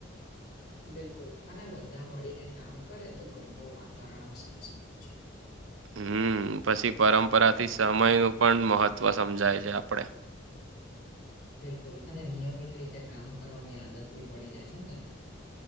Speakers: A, on the left (about 55°); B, on the right (about 80°).
A: બિલકુલ અને બધા મળીને કામ કરે તો ઘરનું વાતાવરણ આમ સરસ બને છે.
B: હમ પછી પરંપરા થી સમય નું પણ મહત્વ સમજાય છે આપડેવ
A: બિલકુલ અને નિયમિત રીતે કામ કરવાની આદત બી પડી જાય છે ને તેના કારણે.